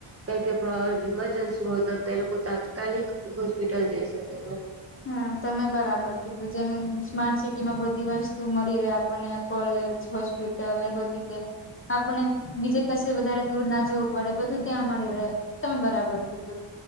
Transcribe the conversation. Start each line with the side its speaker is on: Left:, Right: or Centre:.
Right: કેમ કે પ ઇમરજન્સી હોય તો તે લોકો તાત્કાલિક હોસ્પિટલ જઈ શકે.
Left: હા તમે બરાબર કીધું જેમ સ્માર્ટ સિટીમાં બધી વસ્તુ મળી રહે આપણને કોલેજ હોસ્પિટલ ને બધી કે આપને બીજે કશે વધારે દૂર ના જવું પડે બધું ત્યાં મળી રહે. તમે બરાબર કીધું